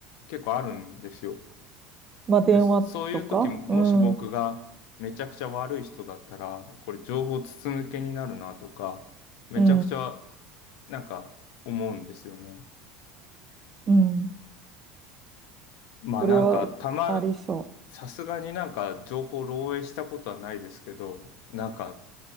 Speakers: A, on the left; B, on the right.
A: 結構あるんですよ。
B: まあ、電話とか、
A: で、そういう時、もし僕がめちゃくちゃ悪い人だったら、
B: うん、う
A: これ情報筒抜けになるなとか、めちゃくちゃ
B: ん、
A: なんか思うんですよね。
B: うん。
A: まあなんか、
B: それはありそ
A: たまさすがになんか情報漏洩したことはないですけど、なんか